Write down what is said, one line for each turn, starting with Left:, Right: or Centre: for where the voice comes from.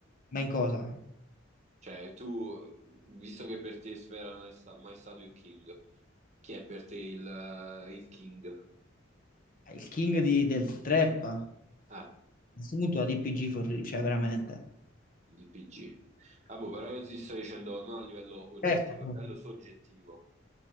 Left: ma in cosa?
Right: Cioè, tu, visto che per te Sfera non è sta- mai stato il King, chi è per te il, eh, il King?
Left: È Il king di- del trap. A
Right: Ah,
Left: questo punto la DPG, for- cioè veramente.
Right: il PG. Ah, boh, però io ti sto dicendo non a livello oggettivo,
Left: Certo.
Right: a livello soggettivo.